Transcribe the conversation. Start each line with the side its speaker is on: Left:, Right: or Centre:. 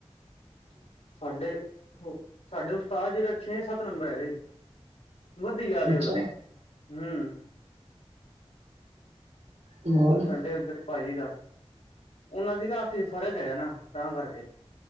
Left: - ਸਾਡੇ ਹੋ ਸਾਡੇ ਉਸਤਾਦ ਜੀ ਦਾ ਛੇ ਸੱਤ ਨੰਬਰ ਹੈਗਾ ਜੀ। ਵੱਧੀ ਜਾ ਰਿਹਾ
Right: ਅੱਛਾ
Left: ਉਹਦਾ ਹੂੰ।
Right: ਕਮਾਲ ਹੈ।
Left: ਸਾਡੇ ਉਧਰ ਭਾਜੀ ਦਾ ਉਹਨਾ ਦੀ ਨਾ ਅੱਖ 'ਚ ਫਰਕ ਹੈਗਾ ਨਾ। ਤਾਂ ਕਰਕੇ